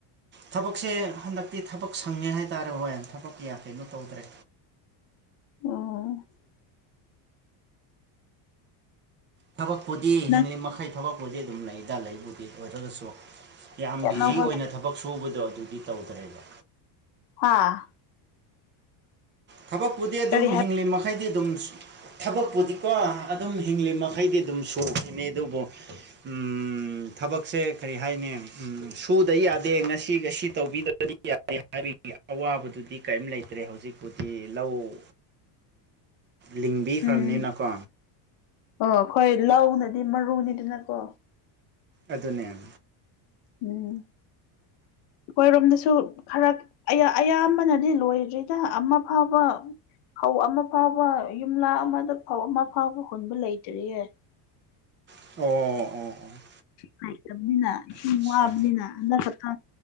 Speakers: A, on the right; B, on the left.
A: ꯊꯕꯛꯁꯦ ꯍꯟꯗꯛꯇꯤ ꯊꯕꯛ ꯁꯪꯉꯦ ꯍꯥꯏꯇꯥꯔꯦ ꯍꯣꯏ ꯊꯕꯛ ꯀꯌꯥ ꯀꯩꯅꯣ ꯇꯧꯗ꯭ꯔꯦ
B: ꯑꯣ
A: ꯊꯕꯛꯄꯨꯗꯤ
B: ꯅꯪ
A: ꯍꯤꯡꯂꯤ ꯃꯈꯩ ꯊꯕꯛꯄꯨꯗꯤ ꯑꯗꯨꯝ ꯂꯩꯗꯥ ꯂꯩꯕꯨꯗꯤ ꯑꯣꯏꯔꯒꯁꯨ ꯌꯥꯝ
B: ꯑꯅꯧꯕ
A: ꯕꯤꯖꯤ ꯑꯣꯏꯅ ꯊꯕꯛ ꯁꯨꯕꯗꯣ ꯑꯗꯨꯗꯤ ꯇꯧꯗ꯭ꯔꯦꯕ
B: ꯍꯥꯥ꯫
A: ꯊꯕꯛꯄꯨꯗꯤ ꯑꯗꯨꯝ
B: ꯀꯔꯤ
A: ꯍꯤꯡꯂꯤ
B: ꯍꯥꯏ
A: ꯃꯈꯥ꯫ ꯃꯈꯩꯗꯤ ꯑꯗꯨꯝ ꯊꯕꯛꯄꯨꯗꯤꯀꯣ ꯑꯗꯨꯝ ꯍꯤꯡꯂꯤ ꯃꯈꯩꯗꯤ ꯑꯗꯨꯝ ꯁꯨꯈꯤꯅꯤ ꯑꯗꯨꯕꯨ꯫ ꯎꯝ ꯊꯕꯛꯁꯦ ꯀꯔꯤ ꯍꯥꯏꯅꯤ ꯁꯨꯗ ꯌꯥꯗꯦ ꯉꯁꯤꯒꯁꯤ ꯇꯧꯕꯤꯗ꯫ ꯌꯥ ꯍꯥꯏꯕꯒꯤ ꯑꯋꯥꯕꯗꯨꯗꯤ ꯀꯩꯝ ꯂꯩꯇ꯭ꯔꯦ ꯍꯧꯖꯤꯛ꯫ ꯗꯤ ꯂꯧ ꯂꯤꯡꯕꯤꯈ꯭ꯔꯝꯅꯤꯅꯀꯣ꯫
B: ꯎꯝ ꯑꯣ ꯑꯈꯣꯏ ꯂꯧꯅꯗꯤ ꯃꯔꯨꯅꯤꯗꯅꯀꯣ꯫
A: ꯑꯗꯨꯅꯦ
B: ꯎꯝ ꯑꯩꯈꯣꯏꯔꯣꯝꯗꯁꯨ ꯈꯔ ꯑꯌꯥꯝꯕꯅꯗꯤ ꯂꯣꯏꯗ꯭ꯔꯤꯗ ꯑꯃ ꯐꯥꯎꯕ ꯐꯧ ꯑꯃ ꯐꯥꯎꯕ ꯌꯨꯝꯂꯥ ꯑꯃꯗ ꯐꯧ ꯑꯃ ꯐꯥꯎꯕ ꯍꯨꯟꯕ ꯂꯩꯇ꯭ꯔꯤꯌꯦ
A: ꯑꯣ ꯑꯣ ꯑꯣ
B: ꯍꯥꯏ ꯇꯕꯂꯤꯅꯕꯂꯤꯅ ꯑꯗꯨ
A: ꯑꯠꯆꯥ
B: ꯋꯥꯕꯅꯤꯅ ꯑꯟꯗꯥꯛ ꯀꯊ